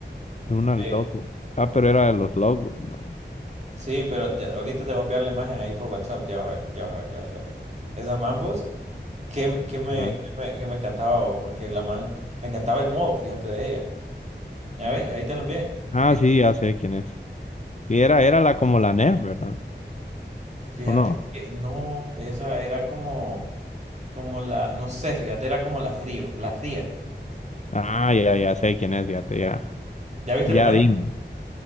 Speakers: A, on the left; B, on the right.
A: Luna
B: Eh,
A: Lovegood. Ah, pero era de los Lovegood, man.
B: sí, pero ya- ahorita te voy a enviar la imagen ahí por WhatsApp. Ya vas a ver, ya vas a ver, ya vas a ver. Esa Mambos, que, me, que me,
A: Ajá.
B: qué me qué me encantaba, bo, porque la man, me encantaba el modo, fíjate de ella. A ver, ahí te la envié.
A: Ah,
B: Mira,
A: sí, ya sé quién es. Sí, era, era la como la Nerf, ¿verdad?
B: fíjate
A: ¿O no?
B: que no, esa era como, como la, no sé, fíjate, era como la frío, la fría.
A: Ah, ya, ya sé quién es, fíjate, ya.
B: ¿Ya viste
A: Ya
B: la imagen?
A: dime.